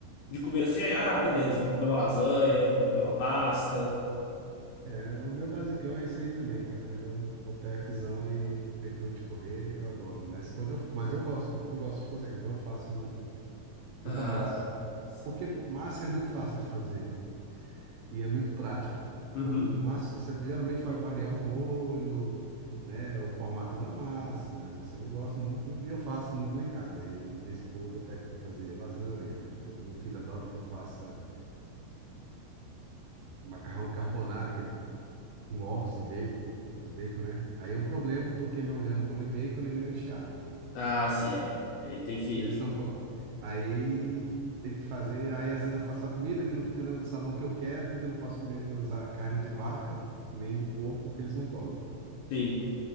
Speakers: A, on the left; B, on the right.
A: de comer assim, aí, ah, beleza, vou comer uma lasanha, vou comer uma pasta.
B: É, o meu basicão é isso aí também, cara. Eu, é o PFzão e não tem pra onde correr, eu adoro. Mas quando eu, mas eu gosto, eu gosto de cozinhar, então eu faço muito,
A: Ah,
B: muita massa.
A: sim.
B: Porque massa é muito fácil de fazer. e é muito prático.
A: Uhum.
B: Então, o máximo que você geralmente vai variar o molho, né, o formato da massa, mas assim, eu gosto muito e eu, e eu faço muito lá em casa. E minha esposa pede para eu fazer lasanha, pede para meu filho adora que eu faça macarrão carbonara, aquele com ovos e bacon, bacon, né? Aí é um problema porque minha mulher não come bacon nem meu enteado.
A: Ah, sim, é. Aí tem que.
B: Eles não comem. Aí tem que fazer. Aí às vezes eu faço uma comida que não fica no sabor que eu quero, porque eu não posso comer, usar carne de vaca, nem de porco, porque eles não comem.
A: Sim.